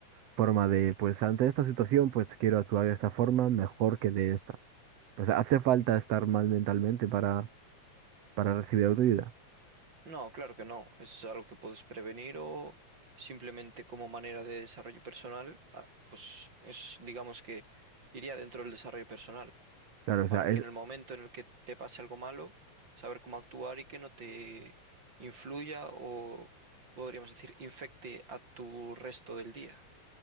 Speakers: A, on the right; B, on the right.
A: forma de, pues ante esta situación, pues quiero actuar de esta forma mejor que de esta. O sea, hace falta estar mal mentalmente para, para recibir autoayuda.
B: No, claro que no. Es algo que puedes prevenir o simplemente como manera de desarrollo personal, ah, pues es, digamos que iría dentro del desarrollo personal,
A: Claro, o
B: para
A: sea,
B: que
A: es,
B: en el momento en el que te pase algo malo, saber cómo actuar y que no te influya o podríamos decir infecte a tu resto del día.